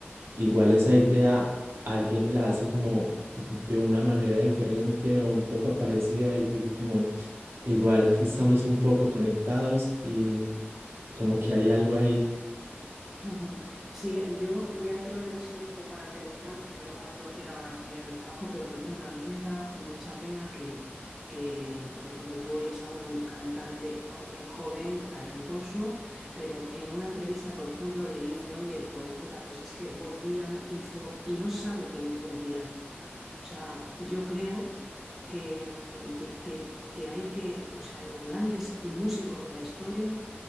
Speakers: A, on the right; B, in the centre.
A: igual esa idea alguien la hace como de una manera diferente o un poco parecida y digo como Igual que estamos un poco conectados y como que hay algo ahí.
B: Ujú. Sí, yo ya te lo digo así un poco para terminar, porque luego me tengo que ir a una reunión del trabajo, pero por ejemplo, a mí me da mucha pena que, que, por ejemplo, tú oyes a un cantante jo- eh, joven, talentoso, pero en una entrevista, por ejemplo, le dicen, oye, pues mira, pues es que Bob Dylan hizo y no sabe quién es Bob Dylan. O sea, yo creo que, mm, que- que- que hay que, o sea, los grandes músicos de la historia,